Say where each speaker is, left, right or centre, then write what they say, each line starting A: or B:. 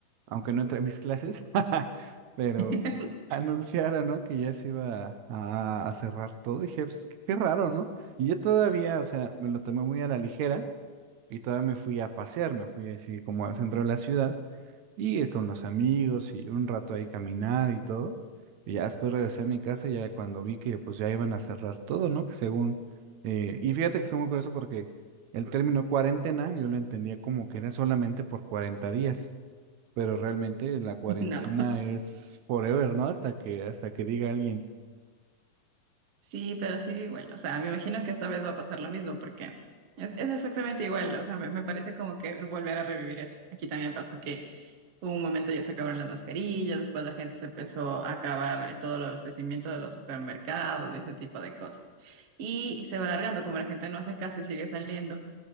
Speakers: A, on the right; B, on the right.
A: aunque no entré a mis clases, <laughs> pero
B: <laughs>
A: anunciaron, ¿no? Que ya se iba a, a cerrar todo. Y dije, pues, qué raro, ¿no? Y yo todavía, o sea, me lo tomé muy a la ligera y todavía me fui a pasear, me fui así como al centro de la ciudad y eh, con los amigos y un rato ahí caminar y todo. Y ya después regresé a mi casa ya cuando vi que pues ya iban a cerrar todo, ¿no? Que según... eh, y fíjate que estoy muy curioso porque el término cuarentena yo lo entendía como que era solamente por 40 días, pero realmente la cuarentena
B: No.
A: es forever, ¿no? Hasta que, hasta que diga alguien.
B: Sí, pero sigue igual. O sea, me imagino que esta vez va a pasar lo mismo porque es, es exactamente igual. O sea, me, me parece como que volver a revivir eso. Aquí también pasó que hubo un momento ya se acabaron las mascarillas, después la gente se empezó a acabar eh, todo el abastecimiento de los supermercados y ese tipo de cosas. Y se va alargando, como la gente no hace caso y sigue saliendo,